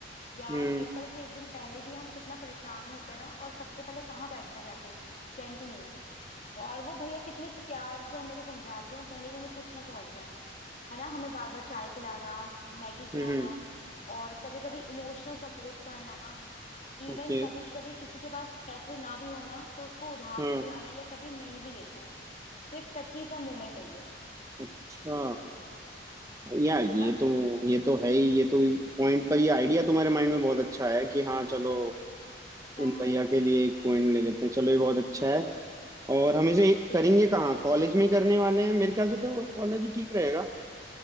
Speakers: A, on the left; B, on the right.
A: या
B: हम्म
A: पेपर से एक दिन पहले भी हम कितना परेशान होते हैं ना और सबसे पहले कहाँ बैठते हैं जाके कैंटीन में और वो भैया कितने प्यार से हम लोग को समझाते हैं भले ही उन्हें कुछ ना समझ में आए है ना हमें बार बार चाय पिलाना मैगी खिलाना
B: हम्म
A: और कभी कभी इमोशनल सपोर्ट करना इवन
B: ओके
A: कभी कभी किसी के पास पैसे ना भी होना तो उसको उधार
B: हाँ
A: पे खिलाना या कभी नहीं भी लेता है तो एक टची सा मोमेंट है ये
B: अच्छा
A: इसलिए
B: यार ये
A: है ना
B: तो ये तो है ही ये तो पॉइंट पर ये आइडिया तुम्हारे माइंड में बहुत अच्छा है कि हाँ चलो
A: अच्छा
B: उन
A: है ना
B: भैया के लिए एक पॉइंट ले लेते हैं चलो ये बहुत अच्छा है और हम इसे
A: ठीक
B: करेंगे
A: है
B: कहाँ कॉलेज में ही करने वाले हैं मेरे ख्याल से तो कॉलेज ही ठीक रहेगा